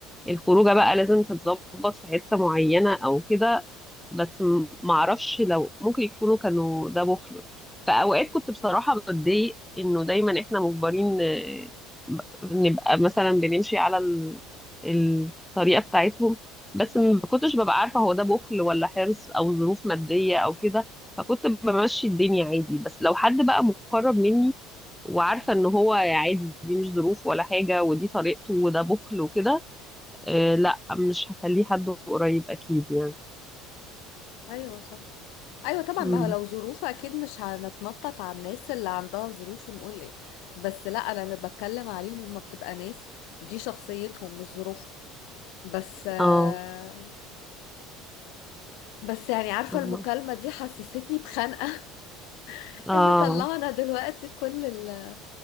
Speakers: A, in the centre; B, on the left.
A: الخروجه بقى لازم تتظبط في حته معينه او كده بس م- معرفش لو ممكن يكونوا كانوا ده بخل في اوقات كنت بصراحه بتضايق انه دايما احنا مجبرين آه، ب- نبقى مثلا بنمشي على ال- الطريقه بتاعتهم بس ما كنتش ببقى عارفه هو ده بخل ولا حرص او ظروف ماديه او كده فكنت بمشي الدنيا عادي بس لو حد بقى مقرب مني وعارفه ان هو عادي دي مش ظروف ولا حاجه ودي طريقته وده بخل وكده آه لا مش هخليه حد قريب اكيد يعني
B: أيوه صح أيوه طبعا
A: امم
B: ما هو لو ظروف أكيد مش هنتنطط على الناس اللي عندها ظروف ونقول إيه بس لا أنا اللي بتكلم عليهم هما بتبقى ناس دي شخصيتهم مش ظروفهم بس آه،
A: اه
B: بس يعني عارفة
A: فاهمة.
B: المكالمة دي حسستني بخنقة <laughs>
A: اه
B: إن طلعنا دلوقتي كل ال-